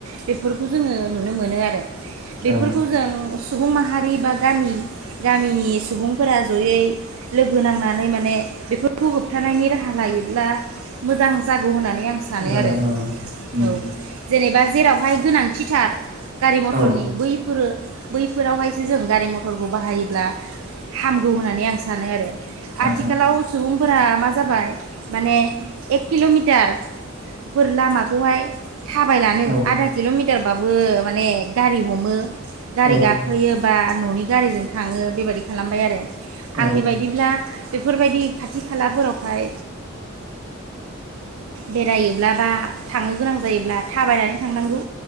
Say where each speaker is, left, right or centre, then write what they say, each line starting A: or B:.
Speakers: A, on the right; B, on the right.
A: बेफोर खौ जोङो नुनो मोनो आरो बेफोरखौ
B: औ
A: जों सुबुं माहारि बा गामि गामिनि सुबुंफोरा जयै लोगो नांनानै माने बेफोरखौ होबथानायनि राहा लायोब्ला मोजां जागौ होननानै आं सानो
B: जागोन
A: आरो।
B: औ उम
A: औ जेनेबा जेरावहाय गोनां थि थार गारि मथरनि
B: औ
A: बैफोरो बैफोरावहायसो जों गारि मथरखौ बाहायोब्ला हामगौ होननानै आं सानो आरो।
B: सानो
A: आथिखालाव सुबुं फोरा मा जाबाय माने एक किल'मिटारफोर लामाखौहाय थाबायलानो
B: औ
A: आधा किल'मि टारबाबो माने गारि हमो। गारि
B: औ
A: गाखोयो बा न'नि गारिजों थाङो बेबायदि खालामबाय आरो
B: औ
A: आंनि बायदिब्ला बेफोरबायदि खाथि खालाफोरावहाय बेरायोब्ला बा थांनो गोनां जायोब्ला थाबायनानै थांनांगौ